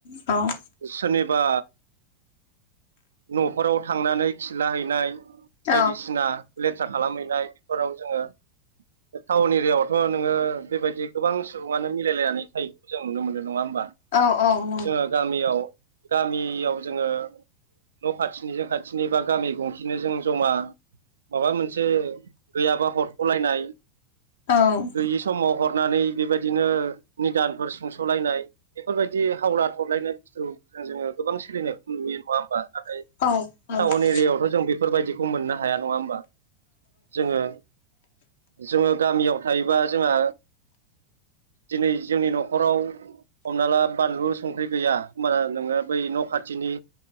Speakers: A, on the left; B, on the right.
A: औ
B: सोरनिबा न'फोरराव थांनानै खिलाहैनाय
A: औ
B: बायदिसिना लेथ्रा खालामहैनाय बेफोराव जोङो टाउन एरियायावथ' नोङो बेबायदि गोबां सुबुङानो मिलायलायनानै थायो। जों नुनो मोनो नङा होनोमबा?
A: औ औ
B: जोङो गामियाव गामियाव जोङो न' खाथिनिजों खाथिनि बा गामि गंसेनो जों जमा माबा मोनसे गैयाबा हरखलायनाय
A: औ
B: गैयि समाव हरनानै बेबायदिनो निदानफोर सुंस'लायनाय बेफोरबायदि थावला थरलायनाय बुस्थुजों जोङो गोबां सोलिनायखौ नुयो नङा होमबा नाथाय
A: औ
B: टाउन
A: औ नंगौ
B: एरियायावथ' जों बेफोरबायदिखौ मोननो हाया नङा होमबा? जोङो जोङो गामियाव थायोबा जोंहा। दिनै जोंनि न'खराव हमना ला। बानलु संख्रि गैया होमबाना नोङो बै न' खाथिनि